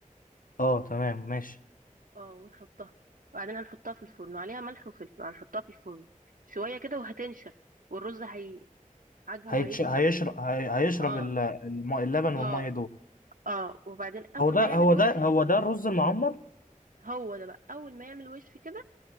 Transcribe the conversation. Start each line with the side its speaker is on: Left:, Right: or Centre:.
Left: اه تمام ماشي
Right: اه ونحطها وبعدين هنحطها في الفرن وعليها ملح وفلفل هنحطها في الفرن شوية كده وهتنشف والرز هي حجمه
Left: هيتش...
Right: هيكبر
Left: هيشرب هي... هيشرب
Right: اه
Left: ال- الم... اللبن والميه
Right: اه
Left: دول
Right: اه وبعدين اول
Left: هو ده
Right: ما يعمل
Left: هو
Right: وش
Left: ده
Right: كده
Left: هو ده الرز المعمر
Right: هو ده بقى اول ما يعمل وش كده